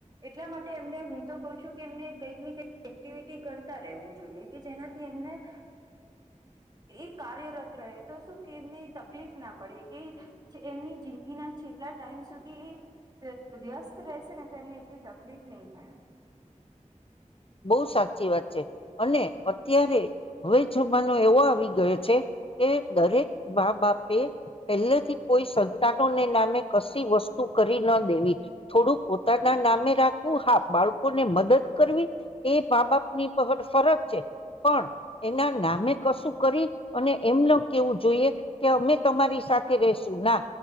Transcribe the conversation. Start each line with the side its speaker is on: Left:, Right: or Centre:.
Right: એટલા માટે એમને હું તો કઉ છું કે એમને કંઈક ને કઈક એક્ટિવિટી કરતા રહેવું જોઈએ કે જેનાથી એમને એ કાર્યરત રહે તો શું કે એમને તકલીફ ના પડે એ એમની જિંદગીના છેલ્લા ટાઈમ સુધી એ વ્યસ્ત રહેશે ને તો એને એટલી તકલીફ લ થાય
Left: બહુ સાચી વાત છે અને અત્યારે હવે જમાનો એવો આવી ગયો છે કે દરેક બા બાપ પહેલે થી કોઈ સંતાનોને નામે કશી વસ્તુ કરી ના દેવી થોડું પોતા ના નામે રાખવું હા બાળકો ને મદદ કરવી એ બા બાપ ની પ ફરજ છે પણ એના નામે કશું કરી અને એમને કેવું જોઈએ કે અમે તમારી સાથે રસું ના